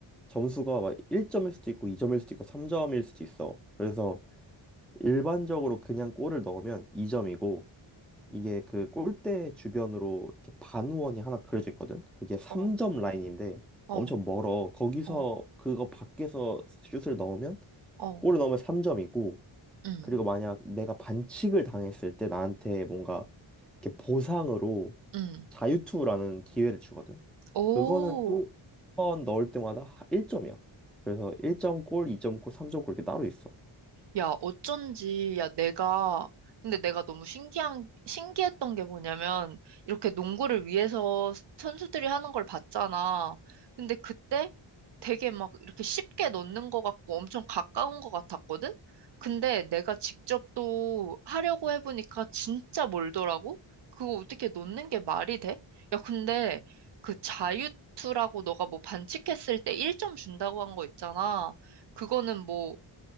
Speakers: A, in the centre; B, on the right.
A: 점수가 막 1점일 수도 있고 2점일 수도 있고 3점일 수도 있어. 그래서 일반적으로 그냥 골을 넣으면 2점이고 이게 그 골대 주변으로 이렇게 반원이 하나 그려져 있거든. 그게 3점
B: 어,
A: 라인인데
B: 어,
A: 엄청 멀어. 거기서
B: 어,
A: 그거 밖에서 슛을 넣으면
B: 어,
A: 골을 넣으면 3점이고
B: 음,
A: 그리고 만약 내가 반칙을 당했을 때 나한테 뭔가 이렇게 보상으로
B: 음.
A: 자유투라는 기회를 주거든.
B: 오.
A: 그거는 또 한 번 넣을 때마다 1점이야. 그래서 1점 골, 2점 골, 3점 골 이렇게 따로 있어.
B: 야, 어쩐지, 야, 내가, 근데 내가 너무 신기한, 신기했던 게 뭐냐면, 이렇게 농구를 위해서 선수들이 하는 걸 봤잖아. 근데 그때 되게 막 이렇게 쉽게 넣는 것 같고 엄청 가까운 것 같았거든? 근데 내가 직접 또 하려고 해보니까 진짜 멀더라고? 그거 어떻게 넣는 게 말이 돼? 야, 근데 그 자유투라고 너가 뭐 반칙했을 때 1점 준다고 한 거 있잖아. 그거는 뭐,